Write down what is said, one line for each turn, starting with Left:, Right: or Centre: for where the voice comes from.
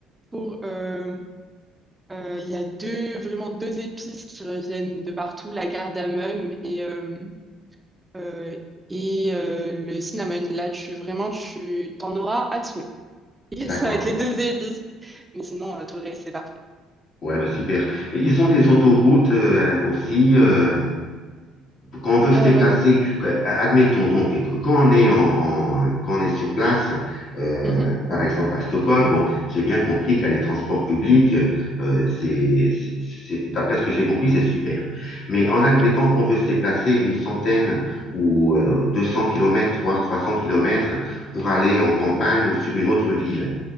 Right: pour... euh, euh, Il y a deux, vraiment deux épices qui reviennent de partout, la cardamome et, euh, euh, et euh, le cinnamon. Là, tu vraiment, tu t'en auras à souhait. Et
Left: D'accord.
Right: ça va être les deux épices. Mais sinon, euh, tout le reste, c'est parfait.
Left: Ouais, bah super. Et ils ont des autoroutes euh, aussi euh, quand on veut se
Right: Euh,
Left: déplacer. que- Admettons donc quand on est en, en- quand on est sur place, euh,
Right: mhm,
Left: par exemple à Stockholm. Bon, j'ai bien compris qu'à les transports publics, euh, c'est, c'est- c'est- d'après ce que j'ai compris, c'est super. Mais en admettant
Right: oui.
Left: qu'on veut se déplacer une centaine ou euh, 200 kilomètres, voire 300 kilomètres pour aller en campagne ou sur une autre ville.